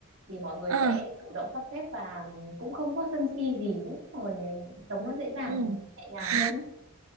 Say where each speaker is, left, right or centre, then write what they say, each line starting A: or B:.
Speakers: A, on the right; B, on the right.
A: thì mọi người
B: ờ,
A: sẽ
B: ờ,
A: chủ động sắp xếp và cũng không có sân si gì thế mọi người sống nó dễ dàng
B: ừ
A: nhẹ nhàng
B: <laughs>
A: hơn á.